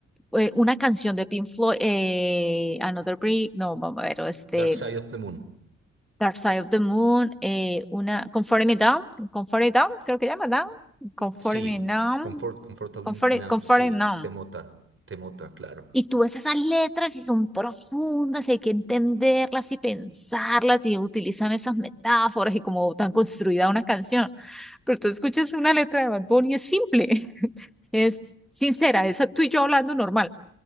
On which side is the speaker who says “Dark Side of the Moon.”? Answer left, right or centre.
Right